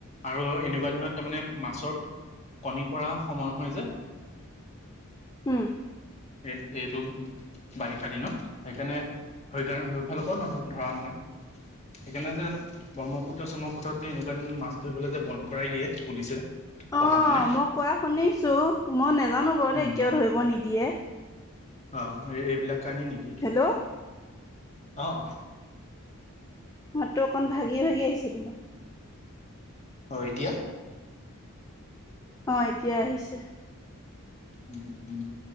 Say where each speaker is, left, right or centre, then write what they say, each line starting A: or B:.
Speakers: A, on the left; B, on the left.
A: আৰু এনেকুৱা দিনত, তাৰমানে, মাছৰ কণীৰ পৰা সময় হয় যে।
B: উম,
A: এই, এইটো বাৰিষা দিনত। সেইকাৰণে, সেইকাৰণ, সেই ফালৰ পৰাও নধ, ধৰা নহয়। সেইকাৰণে যেন, ব্ৰহ্মপুত্ৰ- চমৰপুত্ৰত যে, এনেকুৱাদিন মাছ ধৰিবলে যে, বন্ধ কৰাই দিয়ে পুলিচে। প্ৰশাসনে
B: অ'! মই কোৱা শুনিছোঁ! মই নাজানোঁ বাৰু
A: উম
B: দেই। কিয় ধৰিব নিদিয়ে?
A: অ'! এইবিলাক কাৰণে, নিদিয়ে।
B: হেল্ল'?
A: অ'!
B: মাতটো অকণ, ভাগি- ভাগি আহিছে তোমাৰ?
A: অ'! এতিয়া?
B: অ'! এতিয়া আহিছে।
A: উম! উম!